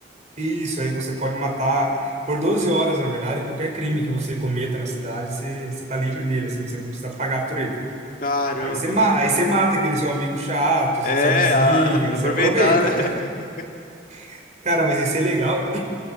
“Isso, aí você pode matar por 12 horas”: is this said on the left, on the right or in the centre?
Right